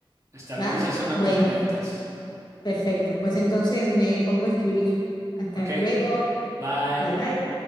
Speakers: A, on the right (about 35°); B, on the left (about 50°).
A: Está bien,
B: ¿Va?
A: esa es una
B: Bueno,
A: buena idea entonces.
B: perfecto. Pues entonces me pongo a escribir. Hasta
A: Ok,
B: luego.
A: bye.
B: Bye bye.